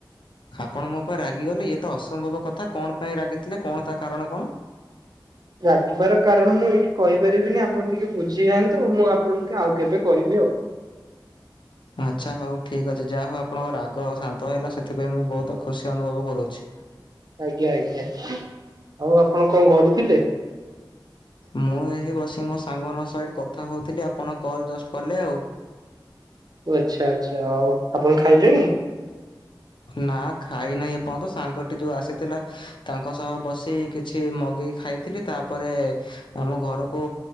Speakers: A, on the left; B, on the right.
A: ଆପଣ ମୋ ଉପରେ ରାଗିଗଲେ। ଇଏ ତ ଅସମ୍ଭବ କଥା କ ଣ? ପାଇଁ ରାଗିଥିଲେ କ ଣ? ତା କାରଣ କ ଣ?
B: ରାଗିବାର କାରଣ ମୁଁ ଏଇଠି କହିପାରିବିନି। ଆପଣ ଟିକେ ବୁଝିଯାଆନ୍ତୁ। ମୁଁ ଆପଣଙ୍କୁ ଆଉ କେବେ କହିବି ଆଉ।
A: ଆଚ୍ଛା ହଉ। ଠିକ୍ ଅଛି ଯାହା ହଉ ଆପଣଙ୍କ ରାଗ ଶାନ୍ତ ହେଲା। ସେଥିପାଇଁ ମୁଁ ବହୁତ ଖୁସି ଅନୁଭବ କରୁଅଛି।
B: ଆଜ୍ଞା, ଆଜ୍ଞା। ଆଉ ଆପଣ କଣ କରୁଥିଲେ?
A: ମୁଁ ଏଠି ବସିିକି ମୋ ସାଙ୍ଗମାନଙ୍କ ସହିତ କଥା କହୁଥିଲି। ଆପଣ କଲ୍ ଜଷ୍ଟ କଲେ ଆଉ।
B: ଓ ଆଚ୍ଛା, ଆଚ୍ଛା। ଆଉ ଆପଣ ଖାଇଲେଣି?
A: ନା ଖାଇ ନାହିଁ ଏଯ୍ୟନ୍ତ। ସାଙ୍ଗଟି ଯୋଉ ଆସିଥିଲା ତାଙ୍କ ସହ ବସି କିଛି ମଗେଇ ଖାଇଥିଲି। ତାପରେ ଆମ ଘରକୁ